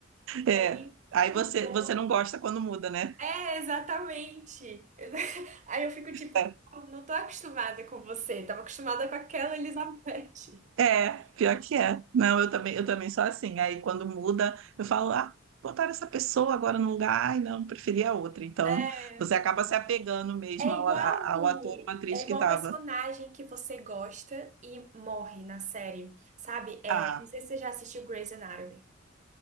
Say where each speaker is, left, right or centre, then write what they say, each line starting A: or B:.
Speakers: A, on the right; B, on the right.
A: E
B: É.
A: aí
B: Aí
A: mudou.
B: você, você não gosta quando muda, né?
A: É, exatamente. <laughs> Aí eu fico tipo,
B: É,
A: "Pô, não tô acostumada com você. Tava acostumada com aquela Elizabeth.
B: É, pior que é. Não, eu também, eu também sou assim. Aí quando muda, eu falo, ah, botaram essa pessoa agora no lugar, ai, não, preferia outra. Então,
A: É.
B: você acaba se apegando mesmo
A: É
B: ao,
A: igual,
B: a- ao
A: o-
B: ator ou atriz
A: é igual
B: que estava.
A: o personagem que você gosta e morre na série, sabe? É,
B: Ah,
A: não sei se você já assistiu Grey's Anatomy.